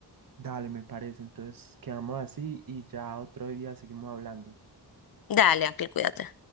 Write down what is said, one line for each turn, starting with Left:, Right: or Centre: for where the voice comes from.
Right: Dale, me parece. Entonces quedamos así y ya otro día seguimos hablando.
Left: Dale, Ángel, cuídate.